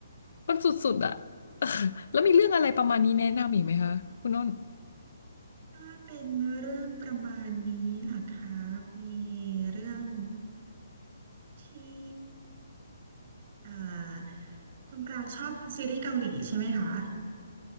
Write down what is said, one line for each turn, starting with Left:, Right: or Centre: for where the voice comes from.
Left: มันสุดๆอะ <laughs> เออแล้วมีเรื่องอะไรประมาณนี้แนะนำอีกไหมคะคุณน้น
Right: <laughs> ถ้าเป็นเรื่องประมาณนี้ล่ะครับมีเรื่องที่เอ่อคุณปรางชอบซีรีส์เกาหลีใช่ไหมคะ